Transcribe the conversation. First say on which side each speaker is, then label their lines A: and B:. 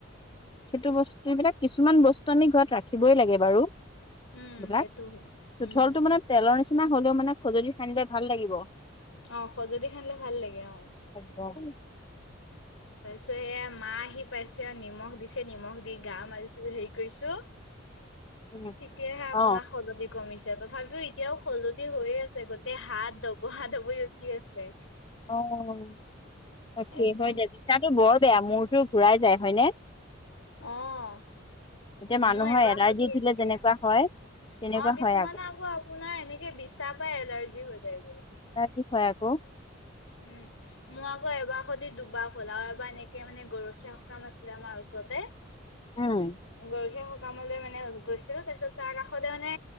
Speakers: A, on the left (about 25°); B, on the left (about 75°).
A: সেইটো বস্তু এইবিলাক কিছুমান বস্তু আমি ঘৰত ৰাখিবই লাগে বাৰু
B: উম
A: বিলাক
B: সেইটো হয়
A: চোঠলটো
B: উম
A: মানে তেলৰ নিচিনা হলেও মানে খজুলি সানিলে ভাল লাগিব।
B: অ' সজুটি সানিলে ভাল লাগে অ
A: <unintelligible>
B: তাৰ পিছত এয়া মা আহি পাইছে অ' নিমখ দিছে নিমখ দি গা মাৰিছে হেৰি কৰিছো
A: উম
B: তেতিয়াহে আপোনাৰ
A: অ
B: খজুতি কমিছে তথাপিও এতিয়াও খজুৱতি হৈয়ে আছে গোটেই হাত ধবহা ধবই উঠি আছে
A: অ' তাকে
B: একদম
A: হয় দে বিছাটো বৰ বেয়া মূৰটো ঘূৰাই যায় হয়নে
B: অ'
A: এতিয়া মানুহৰ
B: মোৰ এবাৰ
A: এলাৰ্জি
B: সতি
A: উঠিলে
B: এনেকে
A: যেনেকুৱা
B: অ'
A: হয় তেনেকুৱা হয়
B: কিছুমান আকৌ আপোনাৰ এনেকে বিছা পাই এলাৰ্জি হৈ যায় গৈ
A: <unintelligible>
B: উম মই আকৌ এবাৰ হৈতি দুবা হ'ল আৰু এবাৰ এনেকে মানে গৰখীয়া সকাম আছিলে আমাৰ ওচৰতে
A: উম
B: গৰখীয়া সকামলৈ মানে গৈছিলো তাৰ পিছত তাৰ কাষতে মানে